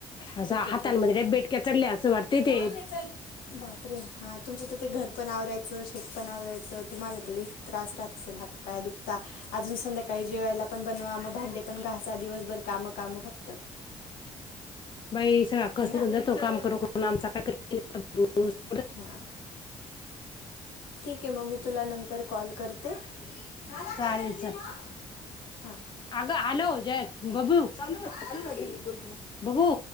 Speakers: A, on the left; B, on the left.
A: असं
B: ठीक आहे
A: हातांमध्ये
B: ठीक
A: काय बेटक्या चढल्या असं वाटते ते
B: आहे बापरे हा तुमचं तर ते घर पण आवरायचं च शेत पण आवरायचं तुम्हाला तर लई त्रास राहत असेल हातपाय दुखता अजून संध्याकाळी जेवायला पण बनवा भांडे पण घासा दिवसभर काम काम फक्त
A: बाई सगळ आकाश
B: हे ना
A: नी म्हटलं तो काम करू नकोस पण आमचा काय करतीनं करतो,
B: हा ठीक आहे मग मी तुला नंतर कॉल करते. झाला
A: चालेल
B: का ग दीदी
A: चल,
B: मग हां
A: अगं आलो जयस बबू चालू
B: हा
A: राहते चालू
B: दीदी
A: राहते मी बोलतेलं बबू